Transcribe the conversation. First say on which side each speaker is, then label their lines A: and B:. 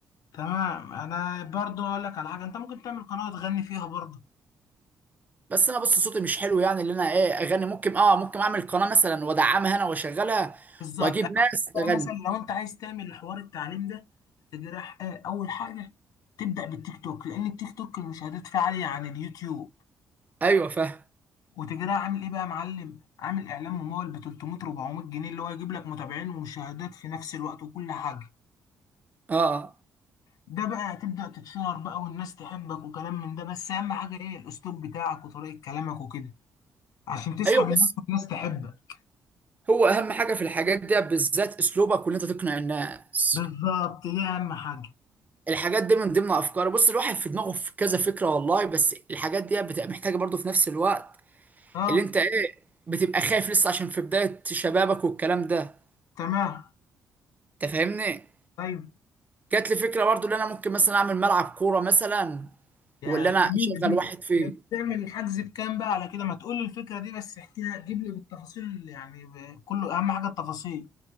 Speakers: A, on the left; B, on the right.
A: تمام انا برضو اقول لك على حاجه انت ممكن تعمل قناه تغني فيها برضو
B: بس انا بص صوتي مش حلو يعني اللي انا ايه اغني ممكن اه ممكن اعمل قناه مثلا وادعمها انا واشغلها
A: بالظبط
B: واجيب
A: أنا
B: ناس
A: بقى
B: تغني
A: مثلا لو انت عايز تعمل حوار التعليم ده تجرح ايه اول حاجه تبدا بالتيك توك لان التيك توك المشاهدات فيه عاليه عن اليوتيوب
B: ايوه فاهم
A: وتجريها عامل ايه بقى يا معلم عامل اعلان ممول ب 300 400 جنيه اللي هو يجيب لك متابعين ومشاهدات في نفس الوقت وكل حاجه
B: اه آه.
A: ده بقى هتبدا تتشهر بقى والناس تحبك وكلام من ده بس اهم حاجه ايه الاسلوب بتاعك وطريقه كلامك وكده عشان تسحب
B: ايوه
A: الناس
B: بص
A: والناس تحبك
B: هو اهم حاجه في الحاجات دي بالذات اسلوبك وان انت تقنع الناس
A: بالظبط دي اهم حاجه
B: الحاجات دي من ضمن افكاري بص الواحد في دماغه في كذا فكره والله بس الحاجات دي بتبقى محتاجه برضه في نفس الوقت
A: اه
B: اللي انت ايه بتبقى خايف لسه عشان في بدايه شبابك والكلام ده
A: تمام
B: انت فاهمني
A: طيب
B: جات لي فكره برضه ان انا ممكن مثلا اعمل ملعب كوره مثلا
A: يا
B: واللي انا
A: جميله
B: اشغل
A: دي
B: واحد فيه
A: ده بتعمل الحجز بكام بقى على كده ما تقول لي الفكره دي بس احكيها جيب لي بالتفاصيل يعني ب- كله اهم حاجه التفاصيل